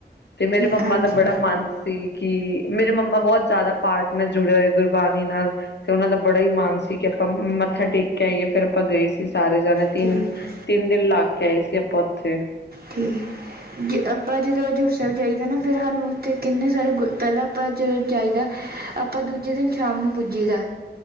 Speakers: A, on the left (about 75°); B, on the right (about 60°).
A: ਤੇ ਮੇਰੇ ਮੰਮਾ
B: ਹਾਂਜੀ
A: ਦਾ ਬੜਾ ਮਨ ਸੀ ਕੀ ਮੇਰੇ ਮੰਮਾ ਬੋਤ ਜਾਦਾ ਪਾਠ ਨਾਲ ਜੁੜੇ ਹੋਏ ਗੁਰਬਾਣੀ ਨਾਲ ਤੇ ਓਨਾਂ ਦਾ ਬੜਾ ਈ ਮਨ ਸੀ ਕਿ ਆਪਾਂ ਮੱਥਾ ਟੇਕ ਕੇ ਆਈਏ ਫੇਰ ਆਪਾਂ ਗਏ ਸੀ ਸਾਰੇ ਜਾਣੇ ਤਿੰਨ
B: ਠੀਕ
A: ਤਿੰਨ ਦਿਨ ਲਾ ਕੇ ਆਏ ਸੀ ਆਪਾਂ ਉੱਥੇ।
B: ਠੀਕ ਜ ਆਪਾਂ ਜਦੋਂ ਹਜ਼ੂਰ ਸੈਬ ਜਾਈਦੈ ਨਾ ਫੇਰ ਸਾਨੂੰ ਉੱਥੇ ਕਿੰਨੇ ਸਾਰੇ ਗ ਪਹਿਲਾਂ ਆਪਾਂ ਜਦੋਂ ਜਾਈਦਾ ਆਪਾਂ ਦੂਜੇ ਦਿਨ ਸ਼ਾਮ ਨੂੰ ਪੁੱਜੀ ਦਾ।